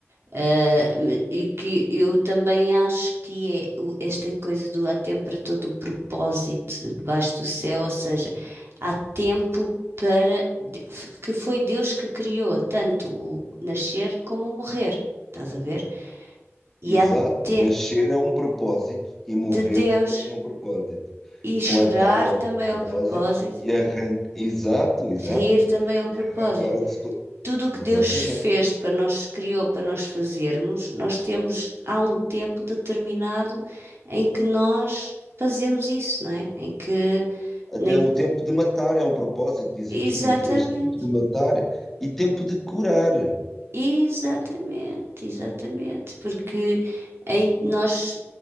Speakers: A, on the right (about 55°); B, in the centre.
A: Uh, e que eu também acho que é o- esta coisa do há tempo para todo o propósito debaixo do céu, ou seja, há tempo para de- que foi Deus que criou tanto o nascer como o morrer, estás a ver?
B: Exato.
A: E há
B: Nascer
A: tempo
B: é um propósito e morrer
A: de Deus
B: também é um propósito.
A: e chorar
B: plantar o
A: também é
B: depósito
A: um propósito,
B: e arrancar. Exato, exato.
A: rir também é um
B: E
A: propósito.
B: arrancar o que se. pla-
A: tudo o que
B: Exatamente.
A: Deus fez para nós, criou para nós fazermos, nós temos há um tempo determinado em que nós fazemos isso, não é? Em que
B: Até
A: nem-
B: o tempo de matar é um propósito, diz
A: exatamente,
B: aqui no três Tempo de matar e tempo de curar.
A: exatamente, exatamente, porque em- nós